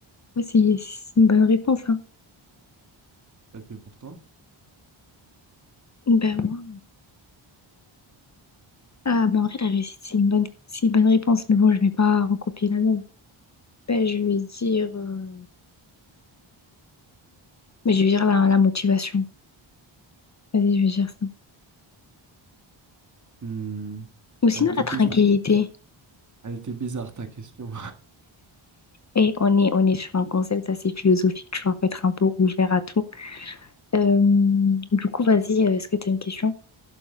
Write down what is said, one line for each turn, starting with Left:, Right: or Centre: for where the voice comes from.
Left: Ouais, c'est c'est une bonne réponse, hein.
Right: Et puis pour toi?
Left: Ben moi. Ah, ben en vrai, la réussite, c'est une bonne, c'est une bonne réponse, mais bon, je vais pas recopier la même. Ben, je vais dire, euh, mais je vais dire la, la motivation. Vas-y, je vais dire ça.
Right: Hmm,
Left: Ou sinon
Right: elle était
Left: la
Right: bizarre.
Left: tranquillité.
Right: Elle était bizarre ta question.
Left: Et on est, on est sur un concept assez philosophique, tu vois, faut être un peu ouvert à tout. Euh, du coup, vas-y, euh, est-ce que tu as une question?